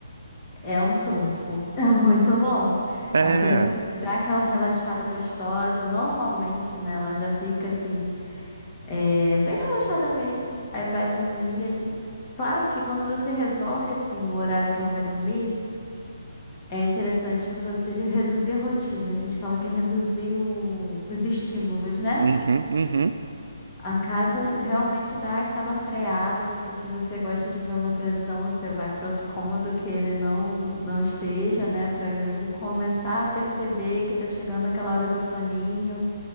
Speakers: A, on the left; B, on the right.
A: É um trunfo. <laughs> É muito bom.
B: É.
A: A criança dá aquela relaxada gostosa. Normalmente, né? Ela já fica assim, é, bem relaxada mesmo. Aí vai dormir, assim. Claro que quando você resolve, assim, o horário que ela vai dormir, é interessante você de- reduzir a rotina. A gente fala que é reduzir o- os estímulos, né?
B: Uhum, uhum.
A: A casa realmente dá aquela freada, tipo, se você gosta de ver uma televisão, você vai para outro cômodo que ele não não esteja, né, para ele começar a perceber que tá chegando aquela hora do soninho.